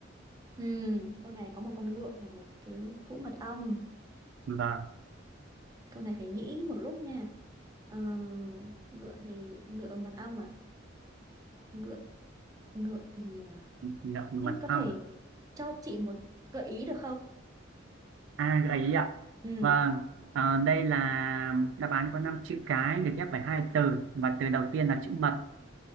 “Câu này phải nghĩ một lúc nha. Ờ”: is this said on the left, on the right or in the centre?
Right